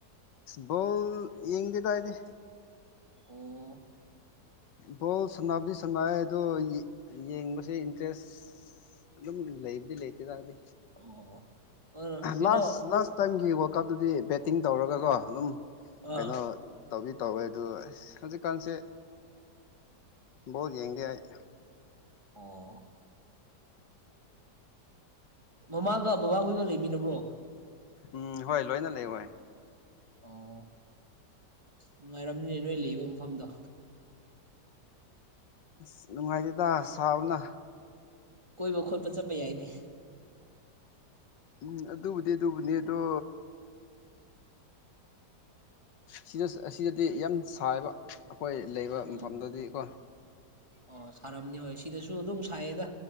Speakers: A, on the left; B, on the right.
A: ꯕꯣꯜ ꯌꯦꯡꯗꯦꯗ ꯑꯩꯗꯤ
B: ꯑꯣ
A: ꯕꯣꯜ ꯁꯥꯟꯅꯕꯗꯤ ꯁꯥꯟꯅꯩ ꯑꯗꯣ ꯌꯦꯡꯕꯁꯦ ꯏꯟꯇꯔꯦꯁ ꯑꯗꯨꯝ ꯂꯩꯕꯨꯗꯤ ꯂꯩꯇꯦ <unintelligible> ꯇꯥꯔꯗꯤ
B: ꯑꯣ ꯑ ꯀꯩꯅꯣ
A: ꯂꯥꯁ ꯂꯥꯁ ꯇꯥꯏꯃꯤꯡꯒꯤ ꯀꯞꯇꯗꯤ ꯕꯦꯇꯤꯡ ꯇꯧꯔꯒꯀꯣ ꯑꯗꯨꯝ
B: ꯑ
A: ꯀꯩꯅꯣ ꯇꯧꯕꯤ ꯇꯧꯋꯦ ꯑꯗꯨ ꯍꯧꯖꯤꯛꯀꯥꯟꯁꯦ ꯕꯣꯜ ꯌꯦꯡꯗꯦ ꯑꯩ
B: ꯑꯣ ꯃꯃꯥꯒ ꯕꯕꯥꯍꯣꯏꯒ ꯂꯩꯃꯤꯟꯅꯕ꯭ꯔꯣ
A: ꯎꯝ ꯍꯣꯏ ꯂꯣꯏꯅ ꯂꯩꯏ
B: ꯑꯣꯥ ꯅꯨꯡꯉꯥꯏꯔꯝꯅꯤꯅꯦ ꯅꯣꯏ ꯂꯩꯕ ꯃꯐꯝꯗꯣ
A: ꯑꯁ ꯅꯨꯡꯉꯥꯏꯇꯦꯗ ꯁꯥꯕꯅ
B: ꯀꯣꯏꯕꯈꯣꯠꯄ ꯆꯠꯄ ꯌꯥꯏꯅꯦ
A: ꯎꯝ ꯑꯗꯨꯕꯨꯗꯤ ꯑꯗꯨꯕꯨꯅꯦ ꯑꯗꯣ ꯁꯤꯗ ꯑꯁꯤꯗꯗꯤ ꯌꯥꯝ ꯁꯥꯏꯕ ꯑꯩꯈꯣꯏ ꯂꯩꯕ
B: ꯎꯝ
A: ꯃꯐꯝꯗꯗꯤꯀꯣ
B: ꯑꯣ ꯁꯥꯔꯝꯅꯤ ꯍꯣꯏ ꯁꯤꯗꯁꯨ ꯑꯗꯨꯝ ꯁꯥꯏꯌꯦꯗ